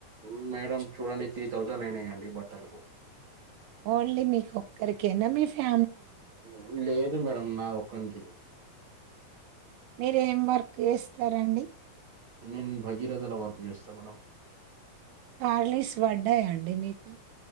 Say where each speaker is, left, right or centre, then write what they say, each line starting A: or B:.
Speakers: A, on the right (about 55°); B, on the right (about 80°).
A: ఉ మేడం చూడండి త్రీ థౌజండ్ అయినాయండి బట్టలకు
B: ఓన్లీ మీకొక్కరికేనా మీ ఫ్యా
A: ఉమ్ లేదు మేడమ్ నా ఒక్కనికే
B: మీరు ఏం వర్క్ చేస్తారండి
A: నేను భగీరథల వర్క్ చేస్తా మేడం
B: సార్లీస్ వడ్డాయా అండి మీకు